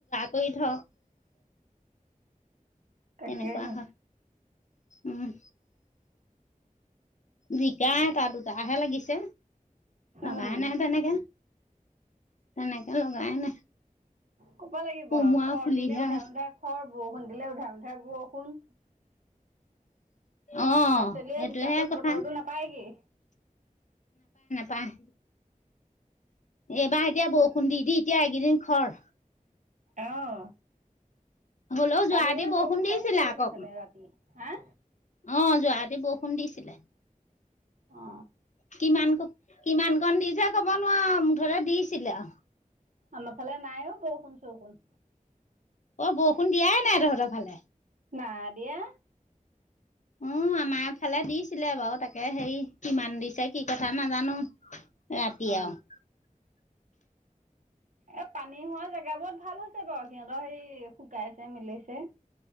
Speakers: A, on the left (about 60°); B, on the right (about 65°).
A: কৈ থ
B: তাকেহে
A: তেনেকুৱা হয় উম। জিকা এটা দুটা। এলাহহে লাগিছে লগাই
B: উম
A: নাই তেনেকে তেনেকে লগাই নাই।
B: ক'ব লাগিব
A: কোমোৰা
B: খৰ
A: ফুলিহে
B: দিলে উধাই
A: আছে
B: মোধাই খৰ বৰষুণ দিলে উধাই মোধাই বৰষুণ
A: অ
B: পাচলিয়ে
A: সেইটোহে
B: হিচাপত
A: কথা
B: বতৰটো নাপায়গেই
A: পাহ এইবাৰ এতিয়া বৰষুণ দি দি এতিয়া এইকেইদিন খৰ
B: আহ
A: হ'লেও যোৱাৰাতি
B: কালি বোলে বৰষুণ
A: দিছিলে
B: পৰিছিলে
A: আকৌ
B: সেইফালে ৰাতি হা
A: অ যোৱা ৰাতি বৰষুণ দিছিলে।
B: অ
A: কিমান ক কিমান কণ দিছে ক'ব নোৱাৰোঁ মুঠতে দিছিলে আৰু।
B: আমাৰ ফালে নাই ঔ বৰষুণ চৰষুণ।
A: অ বৰষুণ দিয়াই নাই তহঁৰ ফালে।
B: নাই দিয়া।
A: উম। আমাৰ ফালে দিছিলে বাৰু তাকে হেৰি কিমান দিছে কি কথা নাজানোঁ। ৰাতি
B: অ
A: আও।
B: এ পানী হোৱা জেগাবোৰত ভাল হৈছে বাৰু সিহঁতৰ সে শুকাইছে মেলিছে।